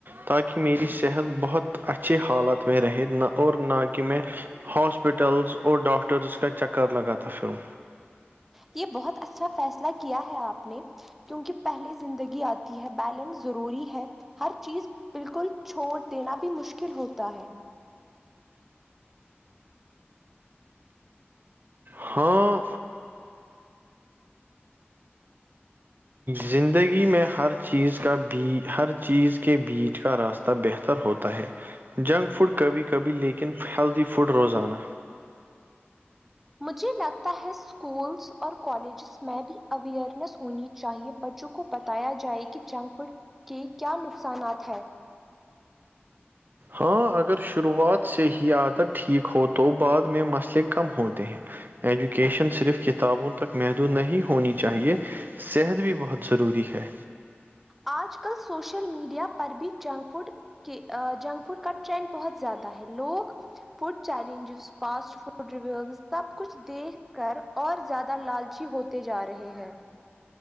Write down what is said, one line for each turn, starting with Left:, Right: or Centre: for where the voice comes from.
Right: تاکہ میری صحت بہت اچھے حالات میں رہے نہ اور نہ کہ میں ہاسپٹلز اور ڈاکٹرز کا چکر لگا تھا پھر وہ
Centre: یہ بہت اچھا فیصلہ کیا ہے آپ نے کیونکہ پہلے زندگی آتی ہے بیلنس ضروری ہے ہر چیز بالکل چھوڑ دینا بھی مشکل ہوتا ہے
Right: ہاں زندگی میں ہر چیز کا بھی ہر چیز کے بیچ کا راس تہ بہتر ہوتا ہے جنک فوڈ کبھی کبھی لیکن ہیلدی فوڈ روزانہ
Centre: مجھے لگتا ہے اسکولس اور کالج س میں اویئرنیس ہونی چاہیے بچوں کو بتایا جائے کہ جنک فوڈ کے کیا نقصانات ہیں
Right: ہاں اگر شروعات سے ہی عادت ٹھیک ہو تو بعد میں مسئلے کم ہوتے ہیں ایجوکیشن صرف کتابوں تک محدود نہیں ہونی چاہیے صحت بھی بہت ضروری ہے
Centre: آج کل سوشل میڈیا پر بھی جنک فوڈ کہ جنک فوڈ کا ٹرینڈ بہت زیادہ ہے لوگ food challenges fast food reviews سب کچھ دیکھ کر اور زیادہ لالچی ہوتے جا رہے ہیں